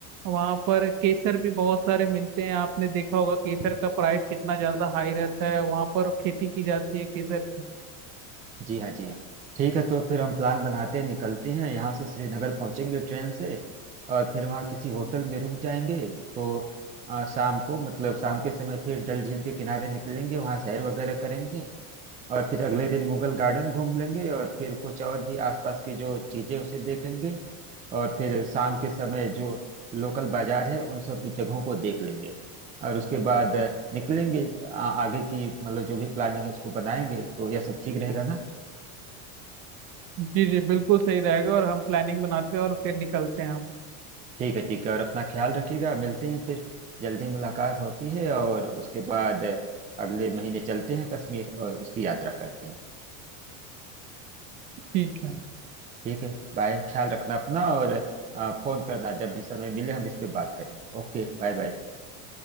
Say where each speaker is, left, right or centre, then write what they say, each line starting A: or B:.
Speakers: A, on the right; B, on the right.
A: वहाँ पर केसर भी बहुत सारे मिलते हैं आपने देखा होगा केसर का प्राइस कितना ज्यादा हाई रहता है वहाँ पर खेती की जाती है केसर की
B: जी हाँ जी हाँ ठीक है तो फिर हम प्लान बनाते हैं निकलते हैं यहाँ से श्रीनगर पहुंचेंगे ट्रेन से और फिर वहाँ किसी होटल में रुक जाएंगे तो आ, शाम को मतलब शाम के समय फिर डल झील के किनारे निकलेंगे वहाँ सैर वगैरह करेंगे और फिर अगले दिन मुगल गार्डन घूम लेंगे और फिर कुछ और भी आसपास की जो चीजें उसे देखेंगे और फिर शाम के समय जो लोकल बाजार है उन सब जगहों को देख लेंगे और उसके बाद निकलेंगे आ, आगे की मतलब जो भी प्लानिंग है उसको बनाएंगे तो यह सब ठीक रहेगा ना
A: जी जी बिल्कुल सही रहेगा और हम प्लानिंग बनाते हैं और फिर निकलते हैं हम
B: ठीक है ठीक है और अपना ख्याल रखिएगा मिलते हैं फिर जल्दी मुलाकात होती है और उसके बाद अगले महीने चलते हैं कश्मीर और उसकी यात्रा करते हैं
A: ठीक है
B: ठीक है बाय ख्याल रखना अपना और आ, फोन करना जब भी समय मिले हम इस पे बात करेंगे Okay bye bye